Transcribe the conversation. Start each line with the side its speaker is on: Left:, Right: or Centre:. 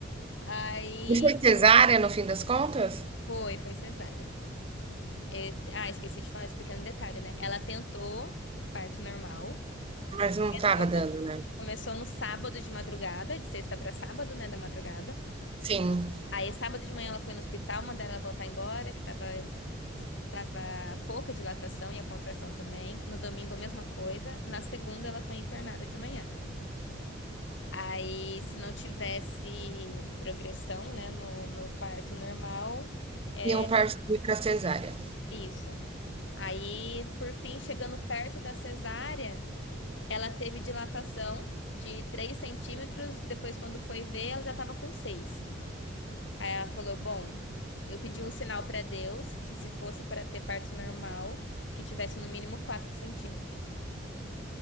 Left: Aí
Right: E foi cesárea no fim das contas?
Left: foi, foi cesárea. E- Ah, esqueci de falar esse pequeno detalhe, né? Ela tentou parto normal.
Right: Mas não estava
Left: Começou,
Right: dando, né?
Left: começou no sábado de madrugada, de sexta para sábado, né, da madrugada.
Right: Sim.
Left: Aí, sábado de manhã, ela foi no hospital, mandaram ela voltar embora, que tava, tava pouca dilatação e a contração também. No domingo, a mesma coisa. Na segunda, ela foi internada de manhã. Aí, se não tivesse progressão, né, no, no parto normal, é
Right: Iam partir pra cesárea.
Left: isso. Aí, por fim, chegando perto da cesárea. Ela teve dilatação de 3 centímetros, depois, quando foi ver, ela já estava com seis Aí ela falou: Bom, eu pedi um sinal para Deus que, se fosse para ter parto normal, que tivesse no mínimo 4 centímetros.